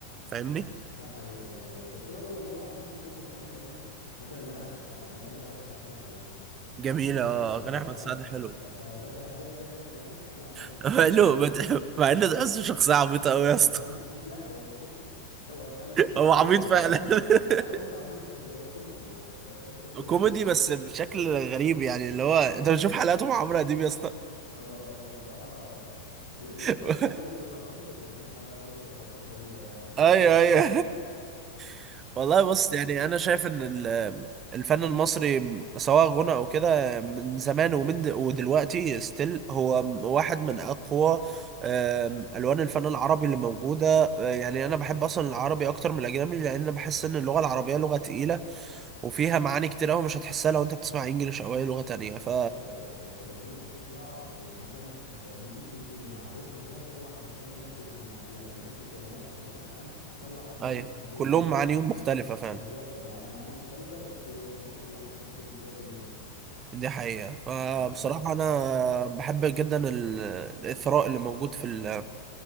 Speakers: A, on the right; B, on the left.
A: فاهمني؟
B: ده ده حقيقي ده حقيقي بس برضو والله العظيم في برضو اغاني تانية مثلا زي اغاني احمد سعد انت ممكن اغاني احمد سعد ترقص عليها
A: جميلة
B: إيه، اه
A: أغاني أحمد
B: ف
A: سعد حلو
B: ف- فده ده ده غني الاغاني الشعبيه عامه
A: <laughs>
B: حلوه
A: حلو
B: لا
A: ما تح- مع انه تحسه شخصية عبيطة قوي يا
B: <laughs>
A: اسطى
B: لا هو ما تحس هو فعلا الشخصيه
A: هو عبيط
B: يعني
A: فعلا <laughs>
B: لا هو مش عبيط يعني هو كوميدي هو ك- حس الكوميدي
A: كوميدي بس بشكل غريب
B: <laughs>
A: يعني اللي هو انت بتشوف حلقاته مع عمرو اديب يا اسطى
B: اه اه بصراحه يا اسطى
A: <laughs>
B: لا و- والرقصات اللي بيعملها برضه رقصات غريبه يعني <laughs>
A: ايوه ايوه <laughs> والله بص يعني انا شايف ان ال- الفن المصري سواء غنى او كده من زمان ومن د- ودلوقتي ستيل هو واحد من اقوى آم، الوان الفن العربي اللي موجوده آه، يعني انا بحب اصلا العربي اكتر من الاجنبي لان بحس ان اللغه العربيه لغه تقيله وفيها معاني كتير قوي مش هتحسها لو انت بتسمع انجليش او اي لغة تانية ف
B: فبحر يا باشا انت الاغنيه بتطلع إيه، مثلا انت ممكن تمشي مع الريتم ده تطلع 50 اغنيه بنفس الكلمه يعني بنفس الكلمات او بنفس الالحان تطلع 50
A: ايوه
B: رتم
A: كلهم معانيهم مختلفة فعلا
B: بالظبط إن معاني مختلفة بس بنفس اللحن ونفس السياق اللي ماشي
A: دي حقيقة فبصراحة
B: ف-
A: أنا بحب جدا ال- الإثراء اللي موجود في ال